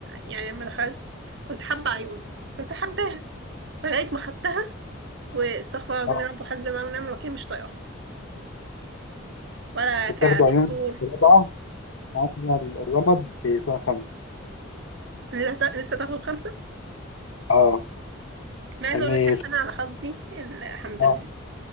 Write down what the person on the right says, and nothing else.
يعني لما دخلت كنت حابة عيون كنت حباها لغاية ما خدتها واستغفر الله العظيم
يا رب وحسبي الله ونعم الوكيل مش طايقة ولا
كدكتور
لسه لسه تاخد خمسة
ما عايزة
اقول لك حاجة انا على حظي الحمد
لله